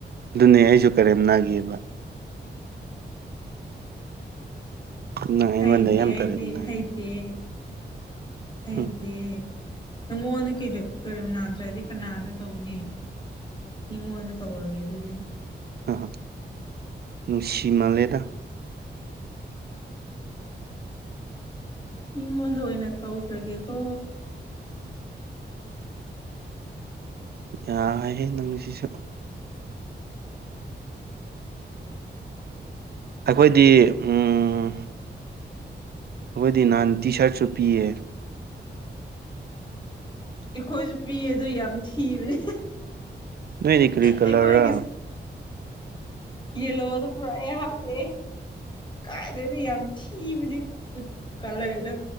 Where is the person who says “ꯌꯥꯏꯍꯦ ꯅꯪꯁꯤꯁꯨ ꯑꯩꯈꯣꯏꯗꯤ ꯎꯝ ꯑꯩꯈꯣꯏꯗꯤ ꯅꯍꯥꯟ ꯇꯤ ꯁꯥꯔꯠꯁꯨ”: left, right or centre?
Right